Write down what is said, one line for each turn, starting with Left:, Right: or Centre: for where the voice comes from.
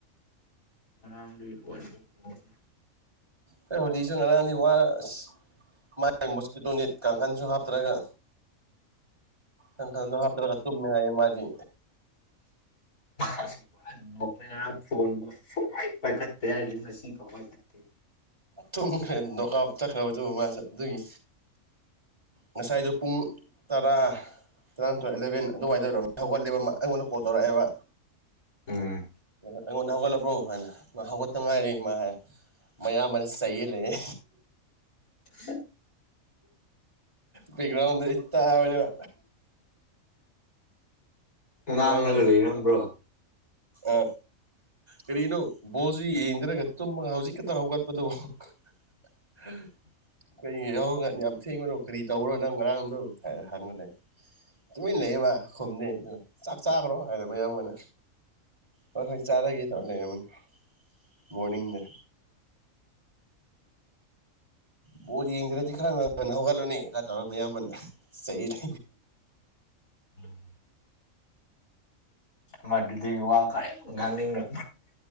Left: ꯑꯉꯥꯡꯕꯩ <inaudible>
Right: ꯍꯣꯏ ꯍꯣꯂꯤꯁꯨ ꯉꯔꯅꯤ ꯋꯥꯔ ꯑꯁ ꯃꯥꯏ ꯃꯨꯁꯀꯤꯇꯣꯅꯤꯠ ꯀꯥꯡꯈꯟꯁꯨ ꯍꯥꯞꯇꯔꯒ ꯑꯪ ꯀꯜꯗꯣ ꯍꯥꯞꯇ꯭ꯔꯒ ꯇꯨꯝꯃꯦ ꯍꯥꯏꯌꯦ ꯃꯥꯗꯤ
Left: ꯐꯥꯁꯨꯃ ꯑꯟꯃꯣꯛꯅꯦ ꯉꯔꯥꯡ ꯐꯣꯟꯕꯨ ꯁꯨꯡ ꯃꯥꯏ ꯄꯥꯏꯈꯠꯇꯦ ꯍꯥꯏꯔꯗꯤ ꯉꯁꯤꯐꯥꯎ ꯄꯥꯏꯈꯠꯇꯦ
Right: ꯊꯨꯝꯈ꯭ꯔꯦ ꯅꯣꯛꯑꯞ ꯆꯠꯈ꯭ꯔꯕꯗꯨ ꯃꯥꯁꯨ ꯑꯗꯨꯒꯤ ꯉꯁꯥꯏꯗꯣ ꯄꯨꯡ ꯇꯔꯥ ꯇꯔꯥꯟꯊꯣꯏ ꯑꯦꯂꯚꯦꯟ ꯑꯗꯨꯋꯥꯏꯗ ꯔꯣꯃꯤ ꯍꯧꯒꯠꯂꯤꯕ ꯃ ꯑꯩꯉꯣꯟꯗ ꯀꯣꯜ ꯇꯧꯔꯛꯑꯦꯕ
Left: ꯎꯝ
Right: ꯑꯩꯉꯣꯟꯗ ꯍꯧꯒꯠꯂꯕ꯭ꯔꯣ ꯍꯥꯏꯅ ꯃꯥ ꯍꯧꯒꯠꯇ ꯉꯥꯏꯔꯤ ꯃꯥ ꯍꯥꯏ ꯃꯌꯥꯝꯕꯅ ꯆꯩꯌꯦ ꯂꯩꯌꯦ
Left: ꯍ
Right: ꯄꯤꯒꯔ꯭ꯟꯗ ꯑꯩ ꯇꯥꯑꯅꯦꯕ
Left: ꯉꯥꯡꯔꯒ
Right: ꯃꯌꯥꯝꯕꯅ
Left: ꯂꯩꯔꯝꯕ꯭ꯔꯣ
Right: ꯑ ꯀꯔꯤꯅꯣ ꯕꯣꯜꯖꯨ ꯌꯦꯡꯗꯔꯒ ꯇꯨꯝꯃꯒ ꯍꯧꯖꯤꯛ ꯈꯛꯇ ꯍꯧꯒꯠꯄꯗꯨꯕꯣ ꯍ ꯀꯔꯤ ꯌꯥꯍꯧ ꯉ ꯌꯥꯝ ꯊꯦꯡꯕꯅꯣ ꯀꯔꯤ ꯇꯧꯔ ꯅꯪ ꯉꯔꯥꯡꯗꯣ ꯍꯥꯏ ꯍꯪꯉꯂꯦ ꯇꯨꯃꯤꯟ ꯂꯩꯌꯦꯃ ꯈꯨꯝꯗꯦ ꯑꯗꯨ ꯆꯥꯛ ꯆꯥꯒ꯭ꯔꯣ ꯍꯥꯏꯔ ꯃꯌꯥꯝꯒꯣꯅ ꯍꯣꯏ ꯍꯣꯏ ꯆꯥꯔꯒꯦ ꯇꯧꯔ ꯂꯩꯔꯝꯃꯅꯤ ꯃꯣꯔꯗꯤꯡꯗ ꯕꯣꯟ ꯌꯦꯡꯗ꯭ꯔꯗꯤ ꯈꯔ ꯉꯟꯅ ꯍꯧꯒꯠꯂꯨꯅꯦ ꯉꯥ ꯇꯧꯔ ꯕꯌꯥꯝꯕꯅ ꯆꯩꯔꯦ
Left: ꯎꯝ ꯃꯗꯨꯗꯤ ꯋꯥ ꯀꯥꯏ ꯉꯥꯡꯅꯤꯡꯅ